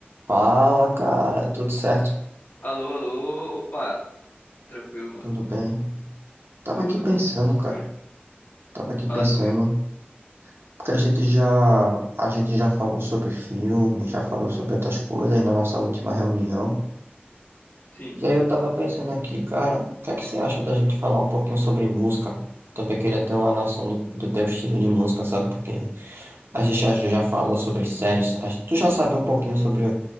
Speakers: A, on the right; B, on the left.
A: Fala, cara, tudo certo?
B: Alô, alô, opa, tranquilo, mano.
A: Tudo bem? Tava
B: Tudo?
A: aqui pensando, cara.
B: Júlio,
A: Tava aqui pensando,
B: fala comigo.
A: porque a gente já a gente já falou sobre filme, já falou sobre outras coisas na nossa última reunião.
B: Sim,
A: E aí eu tava pensando aqui, cara, o que é que você acha da gente falar um pouquinho sobre música? Também queria ter uma noção do, do teu estilo de música, sabe? Porque a gente já, já falou sobre séries. a- tu já sabe um pouquinho sobre